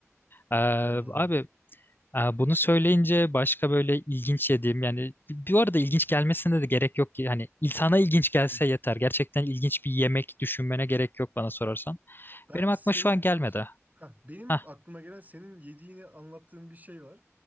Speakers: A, on the left; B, on the right.
A: Ee,
B: Ay.
A: abi Ee, Bunu söyleyince başka böyle ilginç yediğim yani bu arada ilginç gelmesine de gerek yok ki hani insana ilginç gelse
B: Hı.
A: yeter. Gerçekten ilginç bir yemek düşünmene gerek yok bana sorarsan.
B: Ben
A: Benim
B: senin
A: aklıma şu an gelmedi.
B: Heh, benim
A: Hah
B: aklıma gelen senin yediğini anlattığın bir şey var.